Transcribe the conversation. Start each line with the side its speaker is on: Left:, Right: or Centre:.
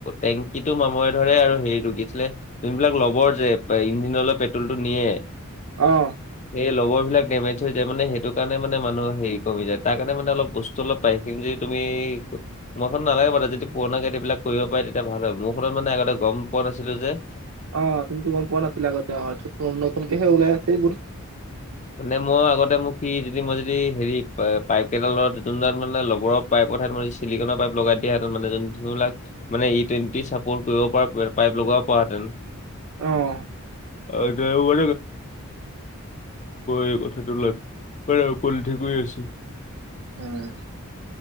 Left: টেংকিটো মাময়- ধৰে আৰু হেৰি কি আছিলে যোন বিলাক লবৰ যে ইঞ্জিন পেট্ৰলটো নিয়ে
Right: অঁ
Left: সেই লগৰ বিলাক ডেমেজ হৈ যায় মে সেইটো কাৰণে মানে মানুহ হেৰি কমি য়ায তাৰ কাৰণে মানে অলপ বস্ত অলপ পাই কিন্তু যে তুমি মোৰখন নালাগে বাৰু যদি পুৰণা বিলাক কৰিব পাৰে তেতিয়া ভাল হয় মোৰখনত মানে আগতে গম পোৱা নাছিলো যে-
Right: অ তুমিতো গম পোৱা নাছিলা আগতে অ নতুনকেহে ওলাই আছে এইবোৰ
Left: মানে মই আগতে মোক স যদি মই যদি হেৰি পাইপ কেইডালত নতুন দাল মানে লবৰ পাইপৰ ঠাইত চিলিকনৰ পাইপ লগাই দিয়াটো মানে যোনবিলাক- মানে ই টুৱেনটি চাপৰ কৰিব পাৰা পাইপ লগাব পৰা হেতেন।
Right: অঁ।
Left: <unintelligible> আকৌ এই কথাটো <unintelligible> আছো।
Right: উম।